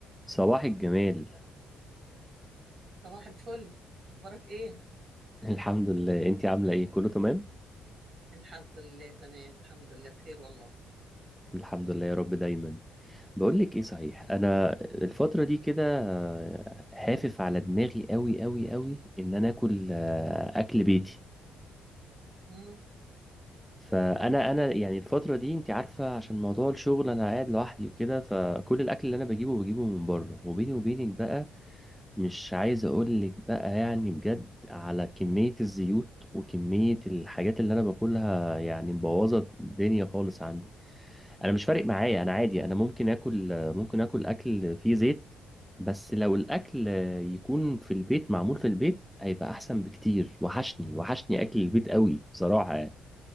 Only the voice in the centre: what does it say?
صباح الجمال
الحمد لله انتي عاملة ايه كله تمام
الحمد لله يا رب دايما بقولك ايه صحيح انا الفترة دي كده آه، هافف على دماغي قوي قوي قوي ان انا اكل آه، اكل بيتي
فانا انا يعني الفترة دي انتي عارفة عشان موضوع الشغل انا قاعد لوحدي وكده فكل الاكل اللي انا بجيبه بجيبه من بره وبيني وبينك بقى مش عايز اقولك بقى يعني بجد على كمية الزيوت وكمية الحاجات اللي انا باكلها يعني مبوظة الدنيا خالص عندي انا مش فارق معايا انا عادي انا ممكن اكل ممكن اكل اكل فيه زيت بس لو الاكل يكون في البيت معمول في البيت هيبقى احسن بكتير وحشني وحشني اكل البيت قوي بصراحة يعني